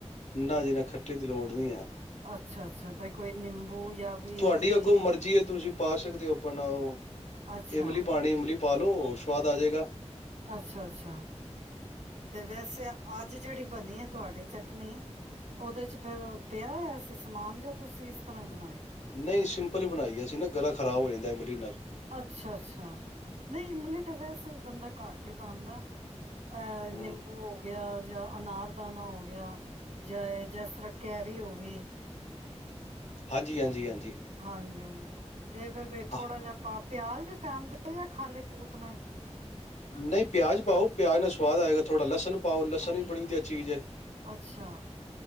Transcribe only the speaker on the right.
ਅੱਛਾ, ਅੱਛਾ ਬਾਈ ਕੋਈ ਨਿੰਬੂ ਜਾਂ ਕੋਈ
ਇਮਲੀ
ਅੱਛਾ,
ਅੱਛਾ-ਅੱਛਾ ਤੇ ਵੈਸੇ ਅੱਜ ਜਿਹੜੀ ਬਣੀ ਹੈ, ਤੁਹਾਡੀ ਚਟਨੀ ਉਹਦੇ ਚ ਫੇਰ ਪਿਆ ਹੋਆ ਸੀਂ ਸਮਾਨ ਜਾਂ ਤੁਸੀਂ ਤਰ੍ਹਾਂ ਹੀ ਬਣਾਈ?
ਅੱਛਾ-ਅੱਛਾ ਨਹੀਂ ਇਮਲੀ ਤਾਂ ਵੈਸੇ, ਬੰਦਾ ਘੱਟ ਹੀ ਪਾਦਾ। ਅਹ
ਨਿੰਬੂ ਹੋ ਗਿਆ। ਜਾਂ ਅਨਾਰ ਦਾਨਾ ਹੋ ਗਿਆ ਜਾਂ, ਜਿਸ ਤਰ੍ਹਾਂ ਕੈਰੀ ਹੋ ਗਈ।
ਹਾਂਜੀ-ਹਾਂਜੀ। ਇਹ ਫਿਰ ਥੋੜਾ
ਜਿਹਾ ਪਾ ਪਿਆਜ਼ ਵੀ ਪਾਦੇ ਜਾਂ ਖਾਲੀ। ਪੂਤਨਾ ਹੀ
ਅੱਛਾ,